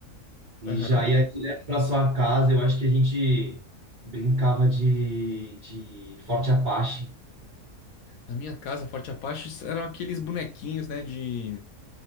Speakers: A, on the right; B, on the left.
A: e
B: Aham.
A: já ia direto para sua casa. Eu acho que a gente brincava de de Forte Apache.
B: Na minha casa, Forte Apache eram aqueles bonequinhos, né, de,